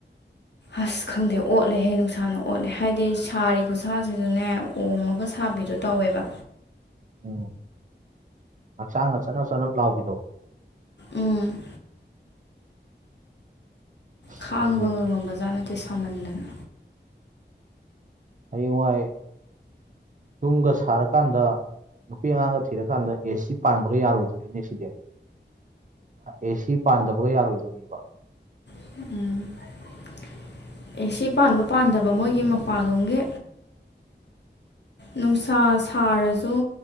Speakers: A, on the left; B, on the right.
A: ꯑꯁ ꯈꯪꯗꯦ ꯑꯣꯠꯂꯦꯍꯦ ꯅꯨꯡꯁꯥꯅ ꯑꯣꯠꯂꯦ ꯍꯥꯏꯗꯤ ꯁꯥꯔꯤ ꯈꯨꯠꯁꯥꯁꯤꯁꯨꯅꯦ ꯑꯣꯝꯃꯒ ꯁꯥꯕꯤꯗꯣ ꯇꯧꯋꯦꯕ
B: ꯑ ꯍꯛꯆꯥꯡꯒꯆꯅ ꯆꯠꯅ ꯂꯥꯎꯈꯤꯗꯣ
A: ꯎꯝ
B: ꯑꯁ
A: ꯈꯥꯡꯕꯒ
B: ꯈꯪꯗꯦ
A: ꯉꯝꯕꯖꯥꯠ ꯅꯠꯇꯦ ꯁꯥꯃꯟꯗꯅ
B: ꯍꯌꯦꯡꯋꯥꯏ ꯌꯨꯝꯒ ꯁꯥꯔꯀꯥꯟꯗ ꯅꯨꯄꯤ ꯑꯉꯥꯡꯒ ꯊꯤꯔꯀꯥꯟꯗ ꯑꯦ ꯁꯤ ꯄꯥꯟꯕꯒ ꯌꯥꯔꯣꯏꯗꯣꯔꯤꯅꯦ ꯁꯤꯗꯤ ꯑꯦ ꯁꯤ ꯄꯥꯟꯗꯕꯒ ꯌꯥꯔꯣꯏꯗꯣꯔꯤꯕꯕ
A: ꯑ ꯑꯦ ꯁꯤ ꯄꯥꯟꯕ ꯄꯥꯟꯗꯕ ꯃꯣꯏꯒꯤ ꯃꯄꯥꯟꯂꯣꯝꯒꯤ ꯅꯨꯡꯁꯥ ꯁꯥꯔꯁꯨ